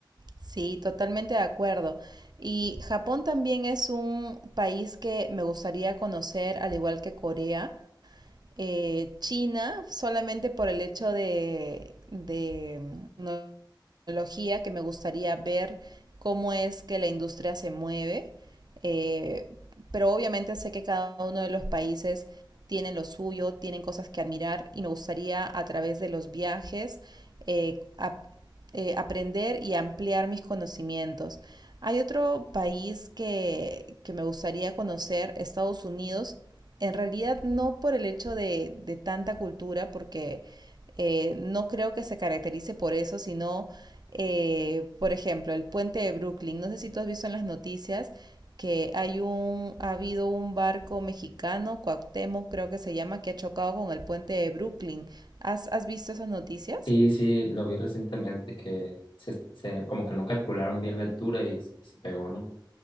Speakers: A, on the right; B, on the left.
A: Sí, totalmente de acuerdo. Y Japón también es un país que me gustaría conocer, al igual que Corea. eh, China solamente por el hecho de, de mm, tecnología que me gustaría ver cómo es que la industria se mueve. eh, pero obviamente sé que cada uno de los países tienen lo suyo, tienen cosas que admirar y me gustaría a través de los viajes eh, ap- eh, aprender y ampliar mis conocimientos. Hay otro país que, que me gustaría conocer, Estados Unidos, en realidad no por el hecho de, de tanta cultura, porque eh, no creo que se caracterice por eso, sino, eh, por ejemplo, el puente de Brooklyn. No sé si tú has visto en las noticias que hay un, ha habido un barco mexicano, Cuauhtémoc creo que se llama, que ha chocado con el puente de Brooklyn. ¿Has, has visto esas noticias?
B: Sí, sí, lo vi recientemente que se, se- como que no calcularon bien la altura y se se pegó, ¿no?